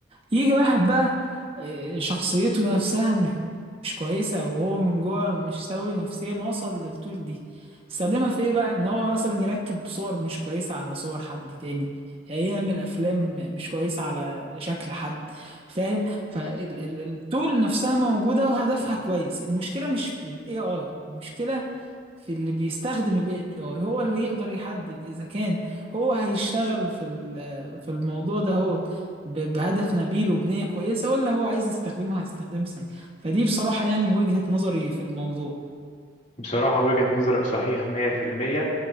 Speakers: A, on the right; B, on the left.
A: يجي واحد بقى آه، شخصيته نفسها مش مش كويسة أو هو من جوه مش سوي نفسيا وصل للطول دي استخدمها في إيه بقى إن هو مثلا يركب صور مش كويسة على صور حد تاني آه، يعمل أفلام مش كويسة على شكل حد فاهم فالطول نفسها موجودة وهدفها كويس المشكلة مش في ال AI المشكلة في اللي بيستخدم ال AI هو اللي يقدر يحدد إذا كان هو هيشتغل في ال- في الموضوع ده هو ب- بهدف نبيل وبنية كويسة ولا هو عايز يستخدمها استخدام سيء فدي بصراحة يعني وجهة نظري في الموضوع
B: بصراحة وجهة نظرك صحيحة 100%